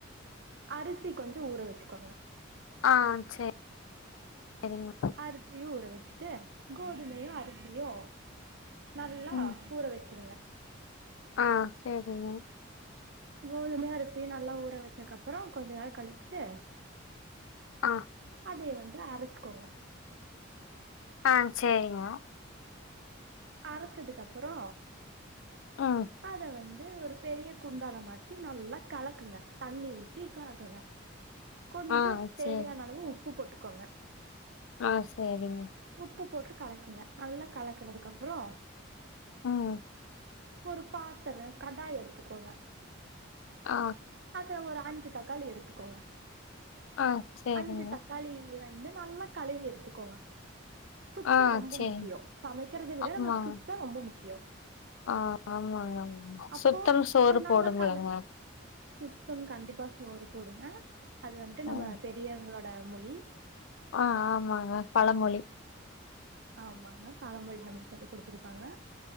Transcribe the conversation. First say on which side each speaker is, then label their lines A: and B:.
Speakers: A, on the right (about 60°); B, on the left (about 75°).
A: அரிசி கொஞ்ச ஊற வச்சுக்கோங்க
B: ஆ சே சரிங்க
A: அரிசியு ஊற வச்சுட்டு கோதுமயும் அரிசியு நல்லா
B: ம்
A: ஊற வெச்சுருங்க
B: ஆ சேரிங்க
A: கோதும அரிசி நல்லா ஊற வச்சக்கப்பறோ கொஞ்சொ நே கழிச்சு
B: ஆ
A: அதை வந்து அரச்சக்கோங்க
B: ஆ சரிங்கோ
A: அரச்சதுக்கப்பறோ
B: ம்
A: அத வந்து ஒரு பெரிய குண்டால மாத்தி நல்லா கலக்குங்க தண்ணி ஊத்தி கலக்குங்க கொஞ்சம்
B: ஆ
A: தேவையான
B: சேரி
A: அளவு உப்பு போட்டுக்கோங்க
B: ஆ சரிங்க
A: உப்பு போட்டு கலக்குங்க நல்லா கலக்குனதுக்கு அப்றோ
B: ம்
A: ஒரு பாத்தரோ கடாய் எடுத்துக்கோங்க
B: ஆ
A: அப்பறோ ஒரு அஞ்சு தக்காளி எடுத்துக்கோங்க
B: ஆ சேரிங்க
A: அஞ்சு தக்கா காளி வந்து நல்லா கழுவி எடுத்துக்கோங்க சுத்தோ
B: ஆ
A: ரொம்ப
B: சேரி
A: முக்கியோ சமைக்கிறத விட
B: ஆமாங்க
A: நமளுக் சுத்தோ ரொம்ப முக்கியோ
B: ஆ ஆமாங்க ஆமாங்க
A: அப்போ
B: சுத்தம் சோறு
A: அது நல்ல
B: போடும்லங்க
A: கழ சுத்தம் கண்டிப்பா சோறு போடுங்க அது வந்ட்டு நம்ம
B: ம்
A: பெரியவங்களோட மொழி
B: ஆ ஆமாங்க பழமொழி
A: ஆமாங்க பழமொழி நமக் சொல்லி குடுத்துருக்காங்க